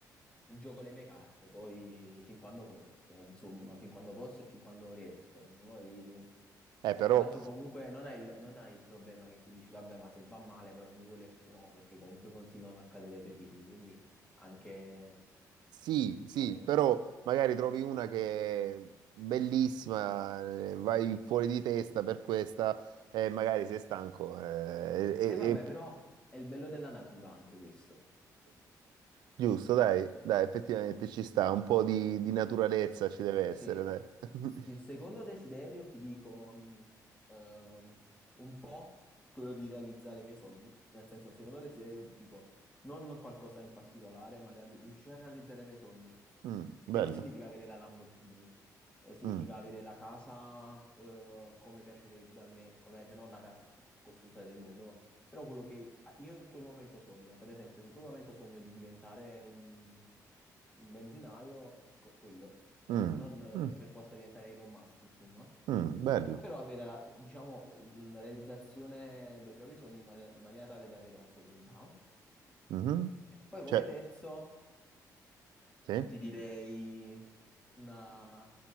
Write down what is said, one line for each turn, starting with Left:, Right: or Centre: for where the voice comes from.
Left: Mi gioco le mie carte, poi fin quando posso, eh, insomma, fin quando posso e fin quando riesco. Poi,
Right: Eh, però
Left: tanto comunque non hai il, non hai il problema che tu dici, vabbè, ma se va male poi non mi vuole più, no, perché comunque continuano a cadere i tuoi piedi, quindi anche...
Right: Sì, sì,
Left: Non è... che-
Right: però magari trovi una che è bellissima, eh, vai fuori di testa per questa e magari sei stanco. eh, e-
Left: E vabbè,
Right: e-
Left: però è il bello della natura anche questo.
Right: giusto, dai, dai, effettivamente ci sta, un po' di, di naturalezza ci deve essere,
Left: Sì.
Right: dai. <laughs>
Left: Il secondo desiderio, ti dico, mh, ehm, un po' quello di realizzare i miei sogni. Nel senso, il secondo desiderio, ti dico, non qualcosa in particolare, ma reali- riuscire a realizzare i miei sogni.
Right: Mm,
Left: Che
Right: bello.
Left: non significa avere la Lamborghini, eh, significa
Right: Mm,
Left: avere la casa, eh, come piacerebbe a me. Ovviamente non la casa più costosa del mondo, però quello che io in quel momento sogno. Per esempio, se in quel momento sogno di diventare un un benzinaio, ecco, quello cioè
Right: mm,
Left: non eh,
Right: mm,
Left: per forza diventare Elon Musk, insomma,
Right: mm, bello.
Left: però avere la, diciamo, la realizzazione dei propri sogni in, man- in maniera tale da avere la serenità.
Right: Mhm.
Left: E poi come
Right: Cioè,
Left: terzo
Right: sì.
Left: ti direi una,